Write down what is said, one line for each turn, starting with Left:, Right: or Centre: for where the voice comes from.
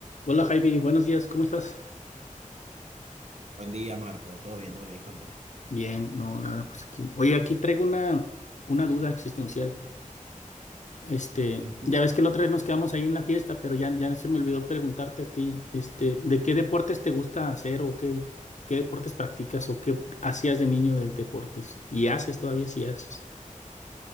Left: Hola Javi, buenos días, ¿cómo estás?
Right: Buen día, Marco. Todo bien, todo bien. Cuéntame.
Left: Bien, no, nada, pues aquí. Oye, aquí traigo una, una duda existencial. Este,
Right: Ujú.
Left: ya ves que la otra vez nos quedamos ahí en la fiesta, pero ya, ya se me olvidó preguntarte a ti, este, ¿de qué deportes te gusta hacer o qué, qué deportes practicas o qué hacías de niño de deportes? Y haces todavía si haces.